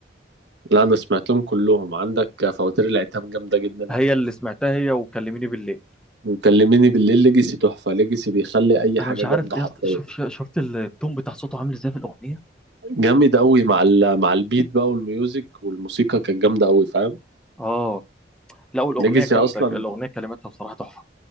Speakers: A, on the right (about 75°); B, in the centre.
A: لا انا سمعتهم كلهم عندك فواتير العتاب جامده جدا
B: هي اللي سمعتها هي وكلميني بالليل
A: وكلميني بالليل ليجاسي تحفه ليجاسي بيخلي اي
B: انا
A: حاجه
B: مش
A: جامده
B: عارف يا
A: حرفيا
B: اسطى شوف شوف- شفت التون بتاع صوته عامل ازاي في الاغنيه
A: جامد قوي مع ال... مع البيت بقى والميوزك والموسيقى كانت جامده قوي فاهم
B: اه لا والاغنيه
A: ليجاسي
B: جامده
A: اصلا
B: الاغنيه كلماتها بصراحه تحفه